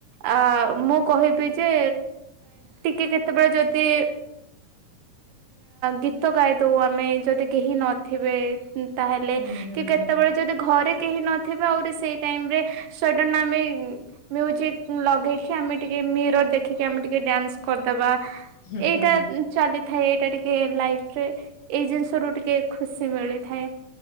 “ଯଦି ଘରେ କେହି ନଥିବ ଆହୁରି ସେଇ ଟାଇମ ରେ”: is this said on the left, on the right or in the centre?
Right